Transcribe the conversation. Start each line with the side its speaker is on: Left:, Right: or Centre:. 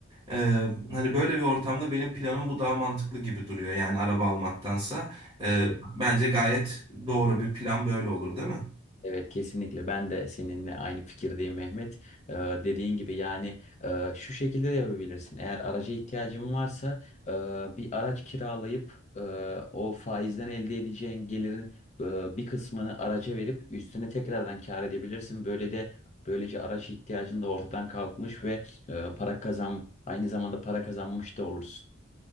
Right: Ee, hani böyle bir ortamda benim planım bu daha mantıklı gibi duruyor. Yani araba almaktansa. Ee,
Left: Evet.
Right: bence gayet doğru bir plan böyle olur, değil mi?
Left: Evet kesinlikle ben de seninle aynı fikirdeyim Mehmet. Ee, dediğin gibi yani e, şu şekilde de yapabilirsin. Eğer araca ihtiyacın varsa e, bir araç kiralayıp e, o faizden elde edeceğin gelirin e, bir kısmını araca verip üstüne tekrardan kâr edebilirsin. Böyle de böylece araç ihtiyacın da ortadan kalkmış ve e, para kazan aynı zamanda para kazanmış da olursun.